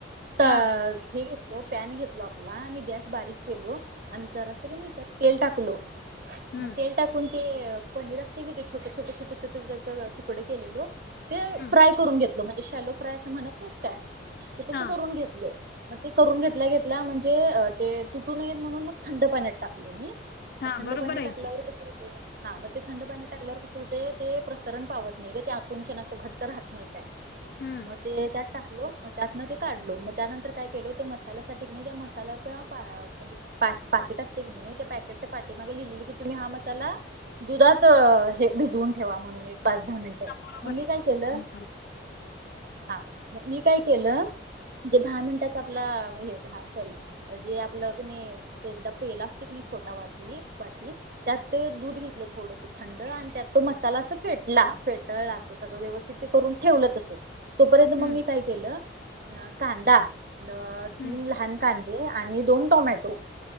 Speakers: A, on the right; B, on the left.
A: त अ
B: हा
A: हे. तो पॅन घेतलो, आपला आणि गॅस बारीक केलो, आणि जरा अस क् नही, तेल टाकलो.
B: हम्म
A: म तेल टाकून, ते पनीर असते नहीं क, ते छोटे-छोटे, छोटे-छोटे त, तुकडे केलेलो, ते
B: ह्म.
A: फ्राय करून घेतल, म्हणजे शॅलो फ्राय असं म्हणत नही काय, ते तसं
B: हा
A: करून घेतल. म ते करून घेतल्या-घेतल्या, म्हणजे ते तुटू नयेत, म्हणून म थंड पाण्यात टाकलं, मी.
B: हा
A: म थंड
B: बरोबर
A: पान्यात
B: आहे
A: टाकल्यावर,
B: की
A: कस होतय, हां म ते थंड पान्यात टाकल्यावर, कस होतय, ते ते प्र सरण पावत नही ग, ते आकुंचन असं घट्ट राहत नही त्यात,
B: हम्म
A: म ते त्या टाकलो, म त्यातनं ते काढलो, म त्यानंतर काय केलो, त्या मसाल्यासाठी नहीं, त्या मसाल्याचा <unintelligible> म्हणजे पाक-पाकेट असते की नहीं, त्या पाकेटचे पाटी मागं लिहिलेली, की तुम्ही हा मसाला दुधात अ, हे भिजवून ठेवा, म्हणून एक पाच दहा मिनिटं,
B: बरोबर
A: म मी
B: आहे
A: काय
B: होता
A: केलं,
B: मसाला
A: हां, म मी काय केलं जे दहा मिनिटाच आपला, य दहा, सॉरी जे आपलं क नहीं अस एकदा पेला असतं, की नही, छोटा वाटी, वाटी त्यात ते दूध घेतल थोडस थंड आणि त्यात तो मसाला अस फेटला फेटाळला अस सगळ व्यवस्थित ते करून ठेवल तसच. तोपर्यंत मग
B: हम्म
A: मी काही केल कांदा तीन
B: हम्म
A: लहान कांद आणि दोन टोमॅटो